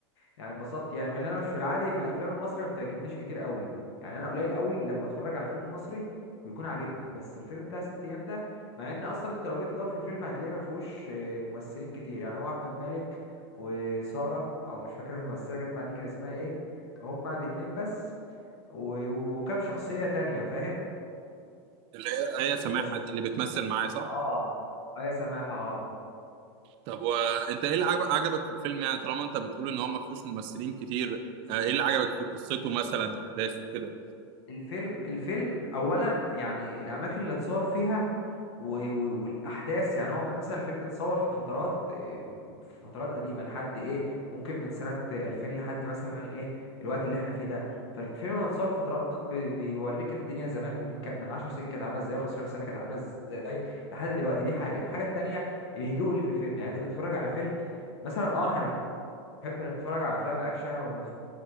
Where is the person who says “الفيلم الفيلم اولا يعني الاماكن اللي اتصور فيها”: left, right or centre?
Left